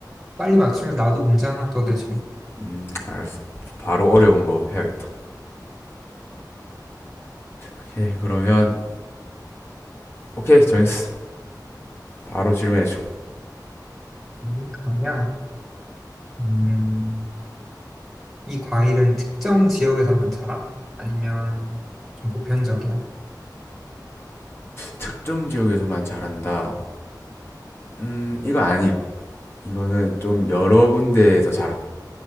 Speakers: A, in the centre; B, on the left.
A: 빨리 맞추면 나도 문제 하나 더 되지 뭐.
B: 음, 알았어. 바로 어려운 거 해야겠다. 오케이, 그러면 오케이, 정했어. 바로 질문해줘.
A: 음, 그러면 음, 이 과일은 특정 지역에서만 자라? 아니면 좀 보편적이야?
B: 특정 지역에서만 자란다. 음, 이건 아니에요. 이거는 좀 여러 군데에서 자라.